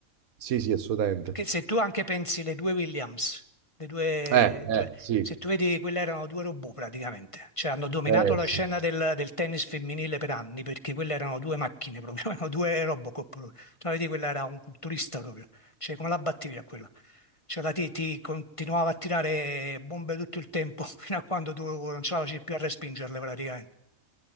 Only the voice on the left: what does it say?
Che se tu anche pensi le due Williams, le due,
cioè,
se tu vedi, quelle erano due robot praticamente, cioè hanno dominato
la
scena del, del tennis femminile per anni perché quelle erano due macchine proprio, <laughs> erano due Robocop proprio. Tu la vedi, quella era un culturista proprio, cioè come la battevi a quella? Cioè la ti, ti continuava a tirare bombe tutto il tempo <laughs> fino a quando tu non ce la facevi più a respingerle praticamente,